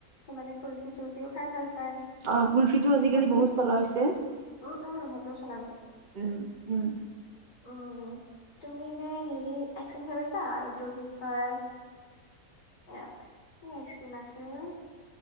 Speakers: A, on the left (about 85°); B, on the right (about 35°).
A: মানে কুলফি চুলফিও খাই ভাল পায়।
B: আহ কুল্ফিটো আজিকালি
A: কুলফি
B: বহুত চলা হৈছে
A: উম, উম, সেইটোও চলা
B: উম উম
A: অ তুমি এনে হেৰি আইচক্ৰীম খাই পাইছা এইটো কি কয় কি আইচক্ৰীম আছিল